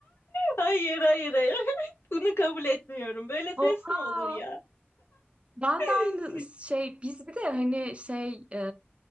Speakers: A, on the left; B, on the right.
A: Hayır, hayır, hayır. <laughs> Bunu kabul etmiyorum. Böyle test
B: Oha.
A: mi olur ya?
B: Ben
A: <laughs>
B: de aynı şey biz bir de hani şey e,